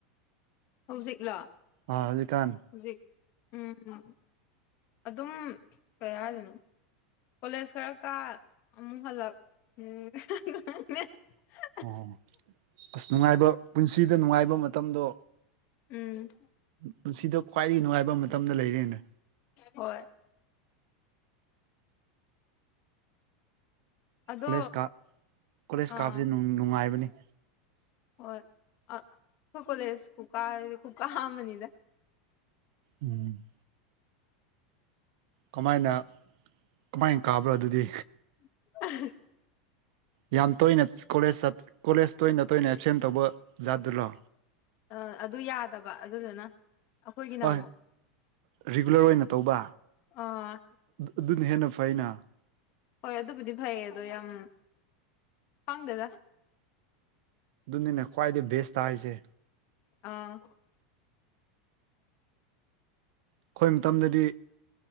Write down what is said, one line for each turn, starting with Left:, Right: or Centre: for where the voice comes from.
Left: ꯍꯧꯖꯤꯛꯂꯣ
Right: ꯑꯥ ꯍꯧꯖꯤꯛ ꯀꯥꯟ
Left: ꯍꯧꯖꯤꯛ ꯎꯝꯝ ꯑꯗꯨꯝ ꯀꯩ ꯍꯥꯏꯗꯣꯏꯅꯣ ꯀꯣꯂꯦꯖ ꯈꯔ ꯀ ꯑꯃꯨꯛ ꯍꯜꯂꯛ ꯎꯝ <unintelligible>
Right: ꯑꯣ ꯍꯣ ꯑꯁ ꯅꯨꯡꯉꯥꯏꯕ ꯄꯨꯟꯁꯤꯗ ꯅꯨꯡꯉꯥꯏꯕ ꯃꯇꯝꯗꯣ
Left: ꯎꯝ
Right: ꯄꯨꯟꯁꯤꯗ ꯈ꯭ꯋꯥꯏꯗꯒꯤ ꯅꯨꯡꯉꯥꯏꯕ ꯃꯇꯝꯗꯣ ꯂꯩꯔꯦꯅꯦ
Left: ꯍꯣꯏ ꯑꯗꯣ
Right: ꯀꯣꯂꯦꯖ ꯀꯥꯞ ꯀꯣꯂꯦꯖ
Left: ꯑꯥ
Right: ꯀꯥꯞꯕꯁꯦ ꯅꯨꯡꯉꯥꯏꯕꯅꯤ
Left: ꯍꯣꯏ ꯑꯩꯈꯣꯏ ꯀꯣꯂꯦꯖ ꯈꯨꯀꯥ ꯁꯤꯗꯤ ꯈꯨꯀꯥ ꯑꯃꯅꯤꯅꯤꯗ
Right: ꯎꯝ ꯀꯃꯥꯏꯅ ꯀꯃꯥꯏꯅ ꯀꯥꯕ꯭ꯔꯥ ꯑꯗꯨꯗꯤ
Left: <unintelligible>
Right: ꯌꯥꯝ ꯇꯣꯏꯅ ꯀꯣꯂꯦꯖ ꯆꯠ ꯀꯣꯂꯦꯖ ꯇꯣꯏꯅ ꯇꯣꯏꯅ ꯑꯦꯞꯁꯦꯟ ꯇꯧꯕ ꯖꯥꯠꯇꯨꯔꯣ
Left: ꯑ ꯑꯗꯨ ꯌꯥꯗꯕ ꯑꯗꯨꯗꯨꯅ ꯑꯩꯈꯣꯏꯒꯤꯅ
Right: ꯍꯣꯏ
Left: ꯑꯃꯨꯛ
Right: ꯔꯤꯒꯨꯂꯔ ꯑꯣꯏꯅ ꯇꯧꯕ
Left: ꯑꯥ
Right: ꯑꯗꯨꯅ ꯍꯦꯟꯅ ꯐꯩꯅ
Left: ꯍꯣꯏ ꯑꯗꯨꯕꯨꯗꯤ ꯐꯩ ꯑꯗꯣ ꯌꯥꯝ ꯈꯪꯗꯦꯗ
Right: ꯑꯗꯨꯅꯤꯅ ꯈ꯭ꯋꯥꯏꯗꯒꯤ ꯕꯦꯁꯇ ꯍꯥꯏꯁꯦ
Left: ꯑꯥ
Right: ꯑꯩꯈꯣꯏ ꯃꯇꯝꯗꯗꯤ